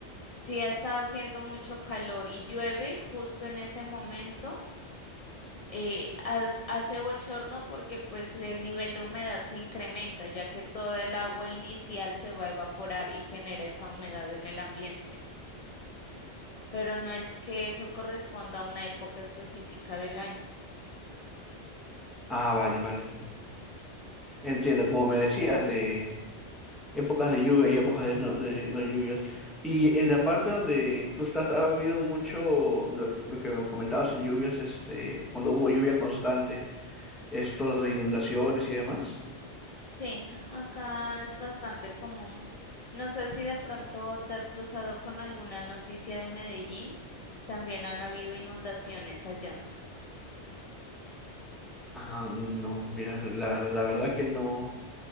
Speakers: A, on the left (about 70°); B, in the centre.
A: si ha estado haciendo mucho calor y llueve justo en ese momento, eh, ha- hace bochorno porque pues el nivel de humedad se incrementa, ya que toda el agua inicial se va a evaporar y genera esa humedad en el ambiente. Pero no es que eso corresponda a una época específica del año.
B: Ah, vale, vale. Entiendo, como me decías de... épocas de lluvia y épocas de no, de no lluvias. Y en la parte donde tú estás, ha habido mucho lo, lo que me comentabas en lluvias, este, cuando hubo lluvia constante, esto de inundaciones y demás.
A: Sí, acá es bastante común. No sé si de pronto te has cruzado con alguna noticia de Medellín. También han habido inundaciones allá.
B: Ah, no, mira, la, ver- la verdad que no,